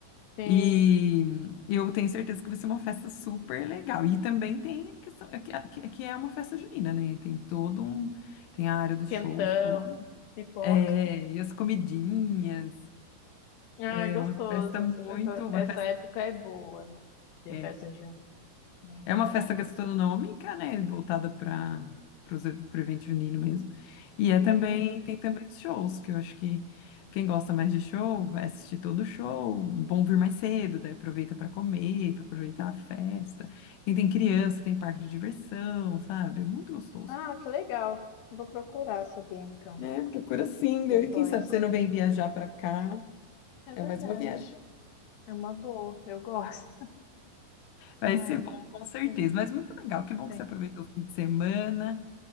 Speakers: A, on the left; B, on the left.
A: Sim,
B: E eu tenho certeza que vai ser uma festa super legal. E também tem a questão, é que que- que é uma festa junina, né? Tem todo um, tem a área dos
A: quentão,
B: shows, tudo.
A: pipoca.
B: É, e as comidinhas,
A: Ah,
B: é
A: gostoso.
B: uma festa muito,
A: Essa,
B: uma
A: essa
B: festa.
A: época é boa, né? De
B: é,
A: festa junina. É Muito
B: É uma
A: bom.
B: festa gastronômica, né? Voltada para o evento junino mesmo. E é também,
A: Uhum.
B: tem também os shows, que eu acho que quem gosta mais de show vai assistir todo o show. Bom vir mais cedo, daí aproveita para comer, para aproveitar a festa. Quem tem criança, tem parque de diversão, sabe? Muito gostoso.
A: Ah, que legal. Vou procurar saber então,
B: É, procura sim, daí
A: depois.
B: quem sabe você não vem viajar para cá.
A: É verdade.
B: É mais uma viagem.
A: É uma boa, eu gosto.
B: Vai
A: Ai,
B: ser bom, com certeza.
A: tem que
B: Mas muito legal. Que bom
A: ter.
B: que você aproveitou o fim de semana.